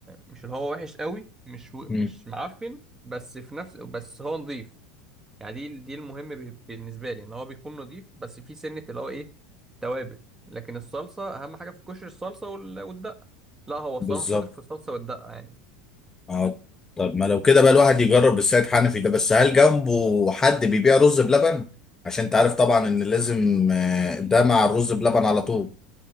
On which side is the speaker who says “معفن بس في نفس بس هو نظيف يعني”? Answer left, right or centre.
Right